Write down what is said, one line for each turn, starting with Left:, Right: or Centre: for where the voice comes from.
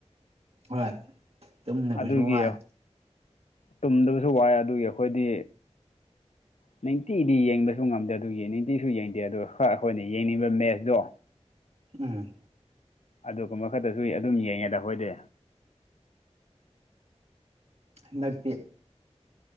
Right: ꯍꯣꯏ ꯇꯨꯝꯅꯕꯁꯨ
Left: ꯑꯗꯨꯒꯤ
Right: ꯋꯥꯏ
Left: ꯇꯨꯝꯗꯕꯁꯨ ꯋꯥꯏ ꯑꯗꯨꯒꯤ ꯑꯩꯈꯣꯏꯗꯤ ꯅꯤꯟꯇꯤꯗꯤ ꯌꯦꯡꯕꯁꯨ ꯉꯝꯗꯦ ꯑꯗꯨꯒꯤ ꯅꯤꯟꯇꯤꯁꯨ ꯌꯦꯡꯗꯦ ꯑꯗꯨ ꯍꯣꯏ ꯑꯩꯈꯣꯏꯅ ꯌꯦꯡꯅꯤꯡꯕ ꯃꯦꯠꯁꯇꯣ
Right: ꯎꯝ
Left: ꯑꯗꯨꯒꯨꯝꯕ ꯈꯛꯇꯁꯨ ꯑꯗꯨꯝ ꯌꯦꯡꯉꯦꯗ ꯑꯩꯈꯣꯏꯗꯤ
Right: ꯍꯥꯟꯗꯛꯇꯤ